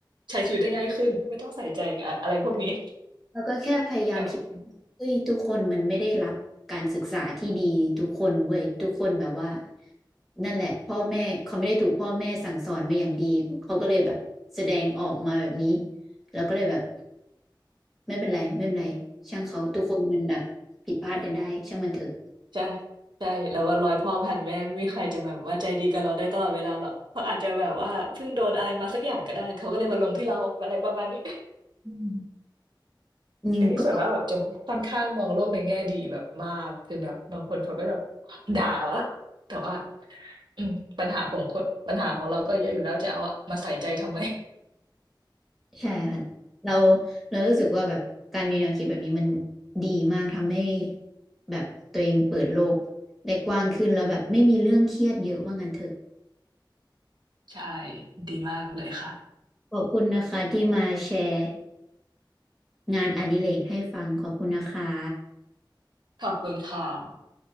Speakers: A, on the right; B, in the centre.
A: ใช้ชีวิตได้ง่ายขึ้นไม่ต้องใส่ใจอะอะไรพวกนี้
B: แล้วก็แค่พยายามคิด
A: ครับ
B: เฮ้ยทุกคนมันไม่ได้รับการศึกษาที่ดีทุกคนเว้ยทุกคนแบบว่านั่นแหละพ่อแม่เขาไม่ได้ถูกพ่อแม่สั่งสอนมาอย่างดีเขาก็เลยแบบแสดงออกมาแบบนี้แล้วก็เลยแบบไม่เป็นไรไม่เป็นไรช่างเขาทุกคนมันแบบผิดพลาดกันได้ช่างมันเถอะ
A: ใช่ใช่แล้วก็ร้อยพ่อพันแม่ไม่มีใครจะแบบว่าใจดีกับเราได้ตลอดเวลาหรอกเขาอาจจะแบบว่าเพิ่งโดนอะไรมาสักอย่างก็ได้เขาก็เลยมาลงที่เราอะไรประมาณนี้
B: อืม
A: <laughs>
B: ยิงก็
A: อันนี้ส่วนมากแบบจะค่อนข้างมองโลกในแง่ดีแบบมากคือแบบบางคนเขาก็จะด่าเราแต่ว่าอืมปัญหาของคนปัญหาของเราก็เยอะอยู่แล้วจะเอามาใส่ใจทำไม
B: ใช่ค่ะเราเรารู้สึกว่าแบบการมีแนวคิดแบบนี้มันดีมากทำให้แบบตัวเองเปิดโลกได้กว้างขึ้นแล้วแบบไม่มีเรื่องเครียดเยอะว่างั้นเถอะ
A: ใช่ดีมากเลยค่ะ
B: ขอบคุณนะคะที่มาแชร์งานอดิเรกให้ฟังขอบคุณนะคะ
A: ขอบคุณค่ะ